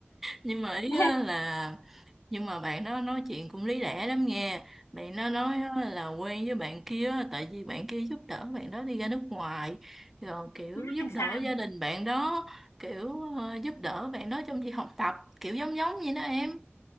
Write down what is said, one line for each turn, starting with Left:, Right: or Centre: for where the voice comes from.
Centre: nhưng mà ý á
Left: Ê,
Centre: là nhưng mà bạn đó nói chuyện cũng lý lẽ lắm nghe bạn nó nói á là quen với bạn kia á, tại vì bạn kia giúp đỡ bạn đó đi ra nước ngoài rồi kiểu
Left: ừ, mắt
Centre: giúp
Left: thằng
Centre: đỡ
Left: Sàng
Centre: gia đình bạn đó kiểu ờ, giúp đỡ bạn đó trong việc học tập kiểu giống giống vậy đó em